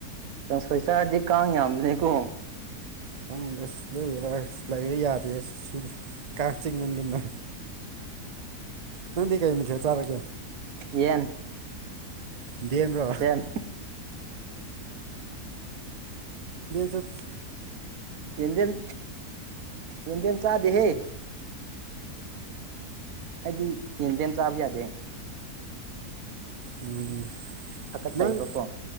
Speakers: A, on the right; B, on the right.
A: ꯀꯥꯡꯁꯣꯏ ꯆꯔꯗꯤ ꯀꯥꯡ ꯌꯥꯝꯕꯅꯦꯀꯣ
B: ꯈꯪꯗꯦ ꯁꯤ ꯂꯩꯔꯥ ꯁꯤ ꯂꯩꯕ ꯌꯥꯗꯦ ꯁꯤꯗꯤ ꯀꯔꯇꯛ ꯃꯗꯤꯔ ꯅ ꯅꯪꯗꯤ ꯀꯩ ꯃꯊꯦ ꯆꯥꯔꯒꯦ
A: ꯌꯦꯟ
B: ꯌꯦꯟꯗꯦꯝꯔꯣ
A: ꯇꯦꯟ
B: ꯑ
A: ꯏꯟꯗꯤꯌꯟ ꯏꯟꯗꯤꯌꯥꯟ ꯆꯗꯤ ꯍꯦ ꯑꯩꯗꯤ ꯌꯦꯟꯕꯦꯝ ꯆꯥꯕ ꯌꯥꯗꯦ
B: ꯎꯝ
A: ꯍꯥꯀꯠꯆꯩꯕ
B: ꯅꯪ
A: ꯀꯣ